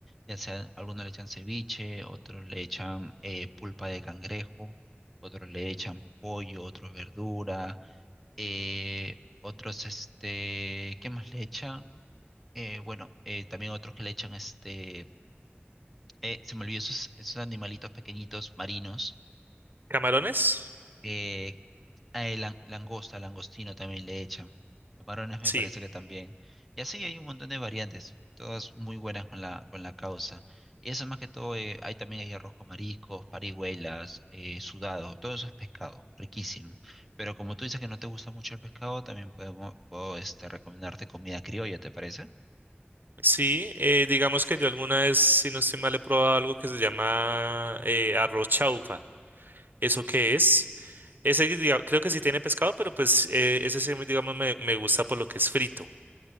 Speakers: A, in the centre; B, on the right (about 50°).
A: ya sea algunos le echan ceviche, otros le echan eh, pulpa de cangrejo, otros le echan pollo, otros verdura, eh, otros este, ¿qué más le echan? Eh, bueno, eh, también otros que le echan este Eh, se me olvidó esos, esos animalitos pequeñitos marinos.
B: ¿Camarones?
A: Eh, eh, lan- langosta, langostino también le echan. Los varones me
B: Sí.
A: parece que también. Y así hay un montón de variantes, todas muy buenas con la, con la causa. Y eso más que todo, eh, hay también hay arroz con mariscos, parihuelas, eh, sudado, todo eso es pescado, riquísimo. Pero como tú dices que no te gusta mucho el pescado, también podemos, puedo este, recomendarte comida criolla, ¿te parece?
B: Sí, eh, digamos que yo alguna vez, si no estoy mal, he probado algo que se llama eh, arroz chaupa. ¿Eso qué es? Ese diga- creo que sí tiene pescado, pero pues eh, ese sí, digamos, me, me gusta por lo que es frito.